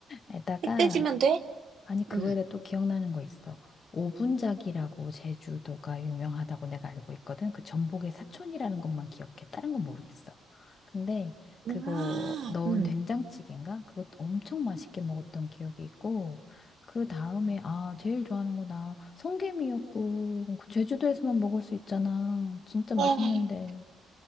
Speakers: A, on the left; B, on the right.
A: 에다가
B: 흑돼지면 돼?
A: 아니, 그거에
B: 응,
A: 대해 또 기억나는 거 있어. 오분작이라고 제주도가 유명하다고 내가 알고 있거든. 그 전복의 사촌이라는 것만 기억해. 다른 건 모르겠어. 근데
B: 아,
A: 그거 넣은
B: 응.
A: 된장찌개인가? 그것 엄청 맛있게 먹었던 기억이 있고, 그 다음에, 아, 제일 좋아하는 거나 성게미역국. 그 제주도에서만 먹을 수 있잖아. 진짜 맛있는데.
B: 아,